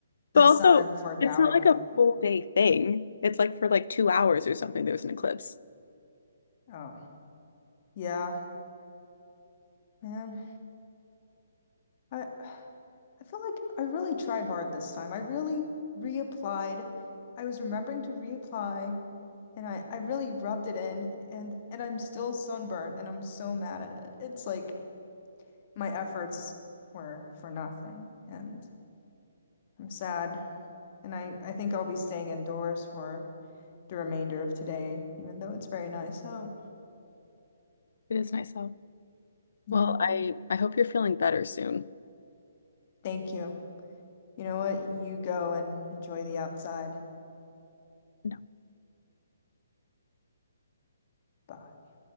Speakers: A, on the left; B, on the left.
A: but
B: the
A: also
B: sun for doubting
A: it's not like
B: it.
A: a full day thing. It's like for like two hours or something, there was an eclipse.
B: Oh, yeah, man. I I feel like I really tried hard this time. I really reapplied. I was remembering to reapply, and I I really rubbed it in, and and I'm still sunburned, and I'm so mad at it. It's like my efforts were for nothing, and I'm sad, and I I think I'll be staying indoors for the remainder of today, even though it's very nice So
A: It is nice though.
B: Yeah.
A: Well, I I hope you're feeling better soon.
B: Thank you. You know what? You go and enjoy the outside.
A: No.
B: Bye.